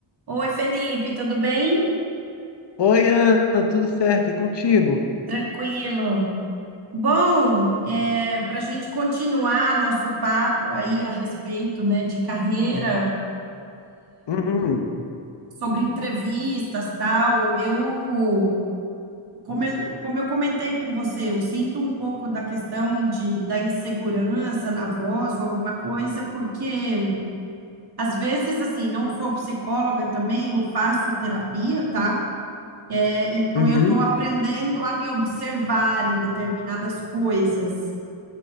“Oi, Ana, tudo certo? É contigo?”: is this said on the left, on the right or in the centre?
Left